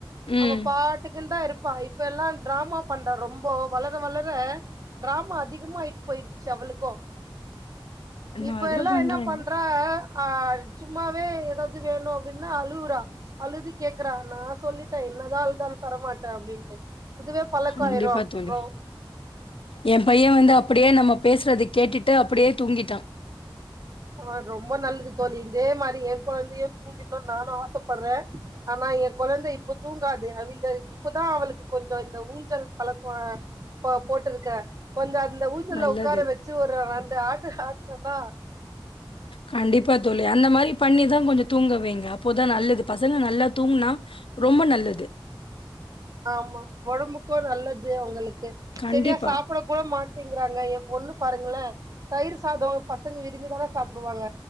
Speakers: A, on the left; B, on the right.
A: ம்.
B: அவ பாட்டுக்குன்னு தா இருப்பா இப்ப எல்லா டிராமா பண்றா ரொம்ப வளர வளர டிராம அதிகமா ஆயிட்டு போயிருச்சு அவளுக்கு
A: அந்த
B: இப்ப
A: மாரி
B: எல்லா
A: தான் பண்றாங்க.
B: என்ன பண்ற ஆ சும்மாவே ஏதாவது வேணுன அப்டினா அழுகுறா அழுது கேக்குறா நா சொல்லிட்டே என்ன தா அழுதாலு தரமாட்டே அப்டினு இதுவே பழக்கமாயிரு
A: கண்டிப்பா
B: அப்றோ
A: தோழி என் பையன் வந்து அப்டியே நம்ம பேசுறது கேட்டுட்டு அப்டியே தூங்கிட்டா
B: ஆ ரொம்ப நல்லது தோழி இதே மாரி என் குழந்தையையு தூங்கிடும்னு நானு ஆசைப்படுறே ஆனா என குழந்தை இப்ப தூங்காது அவல இப்பதா அவளுக்கு கொஞ்சோ இந்த ஊஞ்சல் பழக்கோ போட்டிருக்கே கொஞ்சோஅந்த ஊஞ்சல்
A: நல்லது
B: உக்கார வச்சு ஒரு ரெண்டு ஆட்டு ஆட்டுன்னாத
A: கண்டிப்பா தோழி அந்த மாரி பண்ணிதா கொஞ்சோ தூங்க வையிங்க அப்போதா நல்லது பசங்க நல்லா தூங்கினா ரொம்ப நல்லது
B: ஆமா உடம்புக்கு நல்லது அவங்களுக்கு
A: கண்டிப்பா
B: சரியா சாப்பிட போ மாட்டேங்கறாங்க என் பொண்ணு பாருங்களே தயிர் சாத பசங்க விரும்பிதானே சாப்பிடுவாங்க